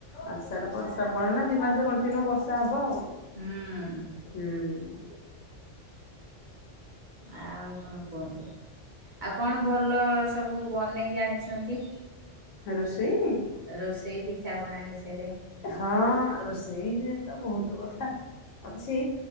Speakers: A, on the left; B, on the right.
A: ଆଷାଢ ପରେ ଶ୍ରାବଣ ଏଇନା ଦି ମାସ କଣ୍ଟିନ୍ୟୁ ବର୍ଷା ହବ ଆଉ
B: ହୁଁ
A: ହୁଁ
B: ଆଉ କଣ? କୁହନ୍ତୁ ଆଉ କଣ ଭଲ ସବୁ ବନେଇ ଜାଣିଛନ୍ତି?
A: ରୋଷେଇ?
B: ରୋଷେଇ ପିଠାପଣା ବିଷୟରେ
A: ହଁ ରୋଷେଇରେ ତ ବହୁତ କଥା ଅଛି